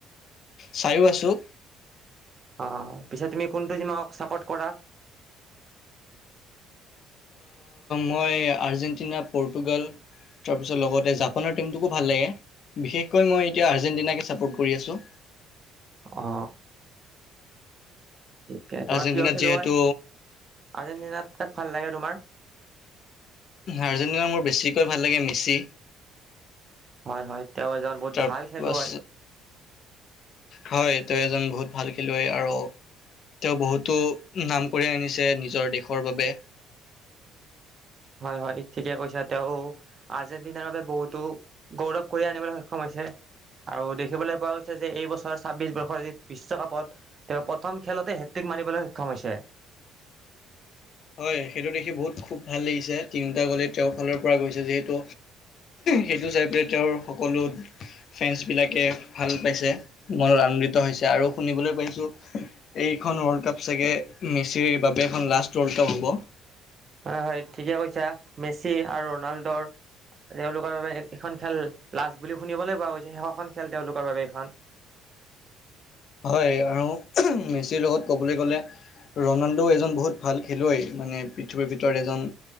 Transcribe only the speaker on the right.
অ পিছে তুমি কোনটো তোমাক চাপৰ্ট কৰা।
অ। ঠিকে তোমাৰ
প্ৰিয় খেলুৱৈ,
আৰ্জেণ্টিনাৰ কাক ভাল লাগে তোমাৰ?
হয় হয় তেওঁ এজন বহুত
ভাল খেলুৱৈ হয়।
হয় হয় ঠিকে কৈছে তেওঁ আৰ্জেণ্টিনাৰ বাবে বহুতো গৌৰৱ কঢ়িয়াই আনিবলৈ সক্ষম হৈছে আৰু দেখিবলৈ পোৱা গৈছে যে এই বছৰ ছাব্বিশ বৰ্ষৰ যি বিশ্বকাপত তেওঁ প্ৰথম খেলতে হেট্ৰিক মানিবলৈ সক্ষম হৈছে।
হয় হয় ঠিকে কৈছা মেচি আৰু ৰনাল্ডৰ তেওঁলোকৰ বাবে এখন খেল লাষ্ট বুলি শুনিবলৈ পোৱা গৈছে শেষৰখন খেল তেওঁলোকৰ বাবে এইখন।